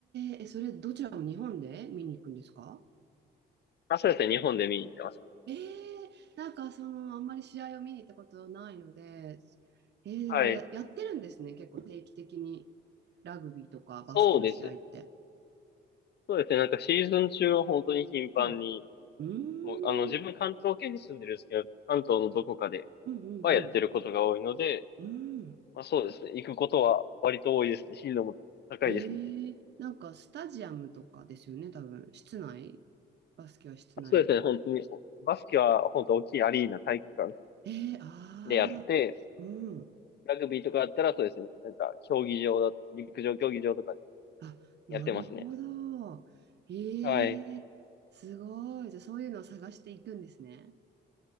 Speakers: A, on the right (about 60°); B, on the left (about 55°).
A: ええそれどちらも日本で見に行くんですか
B: あ、そうですね。日本で見に行ってます。
A: えー、なんかその、あんまり試合を見に行ったことないので、えー、
B: はい。
A: でもや、やってるんですね。結構定期的にラグビーとかバスケの試合って。
B: そうですね。そうですね。なんかシーズン中は本当に頻繁に
A: うん。うーん、
B: もう、あの、自分関東圏に住んでるんですけど、関東のどこかで
A: うんうんうん。
B: はやってることが多いので、
A: うん
B: まあそうですね。行くことは割と多いですね。頻度も高いですね。
A: ええなんかスタジアムとかですよね、多分。室内バスケは室内。
B: そうですね。本当に、バスケは本当大きいアリーナ体育館
A: ええああうん。
B: でやって、ラグビーとかだったらそうですね。なんか、競技場だ、陸上競技場とかで
A: あ、なるほど。
B: やってますね。
A: ええすごい。
B: はい。
A: じゃあそういうのを探していくんですね。